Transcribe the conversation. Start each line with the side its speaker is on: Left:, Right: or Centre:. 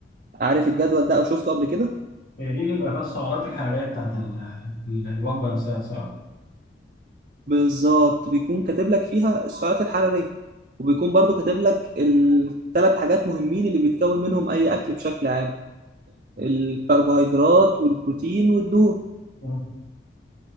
Right: عارف الجدول ده او شفته قبل كده
Left: هي دي اللي بيبقى فيها السعرات الحراريه بتاعت ال- ال- الوجبه نفسها صح؟
Right: بالظبط بيكون كاتب لك فيها السعرات الحراريه وبيكون برضو كاتب لك الثلاث حاجات مهمين اللي بيتكون منهم اي اكل بشكل عام الكربوهيدرات والبروتين والدهون
Left: مم.